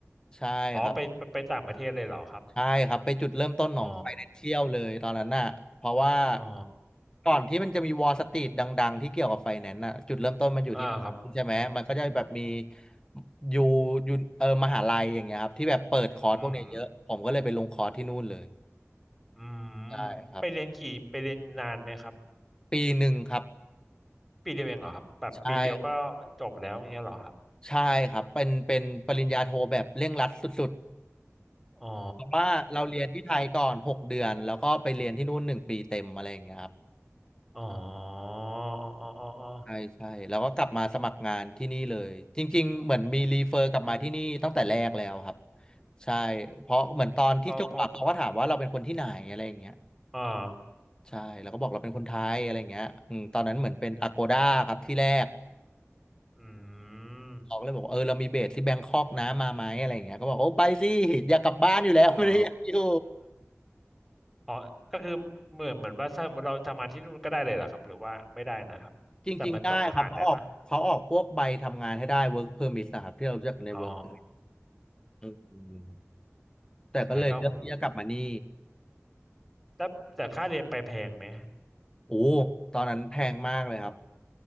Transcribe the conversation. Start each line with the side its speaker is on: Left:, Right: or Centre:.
Left: ใช่ครับ
Centre: อ๋อไปไปไปต่างประเทศเลยเหรอครับ
Left: ใช่ครับไปจุดเริ่มต้นของ
Centre: อ๋อ
Left: Financial เลยตอนนั้นน่ะเพราะว่า
Centre: อ๋อ
Left: ก่อนที่มันจะมีวอล s ต r ี e ดังๆที่เกี่ยวกับไฟแนนซ์น่ะจุดเริ่มต้นมันอยู่ที่ใช่ไหมมันก็จะแบบมี
Centre: อ่าครับ
Left: อยู่อยู่เออมหาลัยอย่างเงี้ยครับที่แบบเปิดคอร์สพวกเนี้ยเยอะผมก็เลยไปลงคอร์สที่นู่นเลย
Centre: อืมอืมไปเรียนขี่ไปเรียนนานไหมครับ
Left: ใช่ครับปีหนึ่งครับ
Centre: ปีเดียวเองเหรอครับแบบปีเดียวก็
Left: ใช่ครับ
Centre: จบแล้วอย่างเงี้ยเหรอครับ
Left: ใช่ครับเป็นเป็นปริญญาโทแบบเร่งรัดสุด
Centre: อ๋ออ๋อ
Left: ๆเพราะว่าเราเรียนที่ไทยก่อนหกเดือนแล้วก็ไปเรียนที่นู่นหนึ่งปีเต็มอะไรอย่างเงี้ยครับ
Centre: อ๋ออ๋ออ๋ออ๋อ
Left: ใช่ใช่แล้วก็กลับมาสมัครงานที่นี่เลยจริงๆเหมือนมีรีเฟอร์กลับมาที่นี่ตั้งแต่แรกแล้วครับใช่เพราะเหมือนตอนที่จบอะเขาก็ถามว่าเราเป็นคนที่ไหนอะไรอย่างเงี้ย
Centre: เพอพออ่า
Left: ใช่แล้วก็บอกเราเป็นคนไทยอะไรอย่างเงี้ยอืมตอนนั้นเหมือนเป็นอ g โกด้าครับที่แรก
Centre: อืม
Left: เขาก็เลยบอกว่าเออเรามีเบสที่แบงคอกนะมาไหมอะไรอย่างเงี้ยก็บอกโอ้ไปสิอยากกลับบ้านอยู่แล้วไม่ได้อยากอยู่
Centre: อ๋อ อ๋อก็คือเหมือนเหมือนว่าถ้าสมมติเราทำงานที่นู่นก็ได้เลยเหรอครับหรือว่าไม่ได้นะครับแต่มันต้องผ่านอะไรปะ
Left: จริงๆได้ครับเขาออกเขาออกพวกใบทำงานให้ได้ work permit นะครับที่เราเรียกกันใน
Centre: อ๋อ
Left: work permit อืมแต่ก็เลยเลือกที่จะกลับมานี่
Centre: แต่ก็โหแต่แต่ค่าเรียนไปแพงไหม
Left: โอ้ ตอนนั้นแพงมากเลยครับ